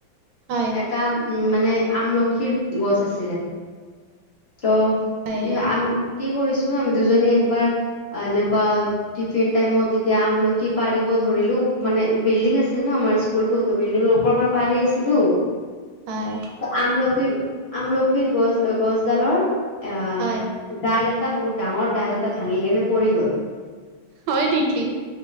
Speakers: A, on the right (about 80°); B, on the left (about 45°).
A: হয়
B: এটা উম মানে আমলখিৰ গছ আছিলে ত এ
A: হয়
B: আম কি কৰিছো, আমি দুজনী একবাৰ আ এনেকুৱা টিফিন টাইমত যেতিয়া আমল খি পাৰিব ধৰিলো মানে বিল্ডিং আছিল ন আমাৰ স্কুলটো ত বিল্ডিঙৰ ওপৰপৰা পাৰি আছিলো
A: হয়।
B: ত আমলখিৰ আমলখিৰ গছ গছডালৰ আহ
A: হয়
B: ডাল এ এটা বহুত ডাঙৰ ডাল এটা ভাঙি কেনে পৰি গ'ল।
A: হয় নিকি?